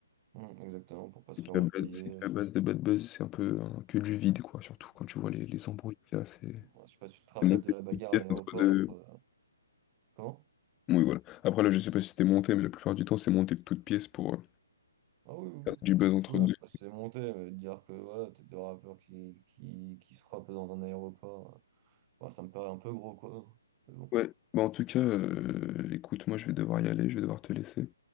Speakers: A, on the right; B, on the left.
A: Hum, exactement, pour pas se
B: C'est
A: faire
B: que la
A: oublier.
B: base c'est que la base de Bad Buzz, c'est un peu hein, que du vide, quoi. Surtout quand tu vois les, les embrouilles qu'il y a, c'est
A: Ouais, je sais pas si tu te rappelles
B: c'est monté
A: de la
B: de
A: bagarre
B: toutes pièces
A: à l'aéroport
B: entre deux.
A: entre... euh, Comment?
B: Oui, voilà. Après, là, je sais pas si c'était monté, mais la plupart du temps, c'est monté de toutes pièces pour euh,
A: Ah oui, oui,
B: faire
A: oui.
B: du buzz entre
A: Oui,
B: deux.
A: hein, je sais pas si c'est monté, mais de dire que voilà, t'es deux rappeurs qui, qui, qui se frappent dans un aéroport, euh, enfin, ça me paraît un peu gros, quoi. Mais bon,
B: Ouais, bah en tout cas, euh, écoute, moi, je vais devoir y aller, je vais devoir te laisser.